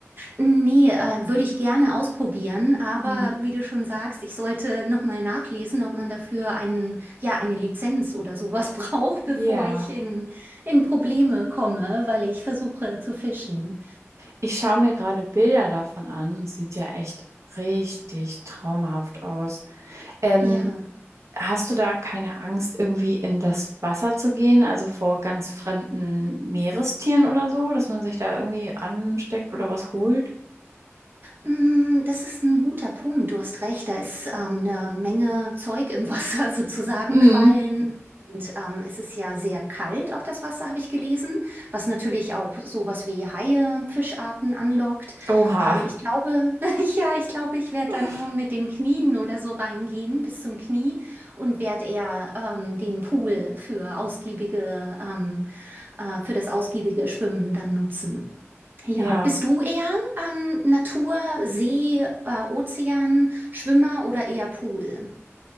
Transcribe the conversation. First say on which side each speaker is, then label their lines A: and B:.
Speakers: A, on the right (about 45°); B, on the right (about 80°).
A: Nee, äh, würde ich gerne ausprobieren, aber
B: Mhm.
A: wie du schon sagst, ich sollte nochmal nachlesen, ob man dafür einen, ja, eine Lizenz oder sowas <laughs> braucht, bevor
B: Ja,
A: ich in, in Probleme komme, weil ich versuche zu fischen.
B: ich schaue mir gerade Bilder davon an. Sieht ja echt richtig traumhaft aus. Ähm,
A: Ja.
B: hast du da keine Angst, irgendwie in das Wasser zu gehen, also vor ganz fremden Meerestieren oder so, dass man sich da irgendwie ansteckt oder was holt?
A: Mm, Das ist ein guter Punkt. Du hast recht, da ist ähm, eine Menge Zeug im Wasser, <laughs> sozusagen
B: Mhm.
A: Quallen. Und ähm, es ist ja sehr kalt, auch das Wasser, habe ich gelesen, was natürlich auch sowas wie Haie, Fischarten anlockt.
B: Oha.
A: Ähm, ich glaube, <laughs> ja, ich glaube, ich werde
B: <laughs>
A: dann nur mit den Knien oder so reingehen, bis zum Knie, und werde eher ähm, den Pool für ausgiebige, ähm, äh, für das ausgiebige Schwimmen dann nutzen. Ja,
B: Ja.
A: bist du eher ähm, Natur, See, äh, Ozean, Schwimmer oder eher Pool?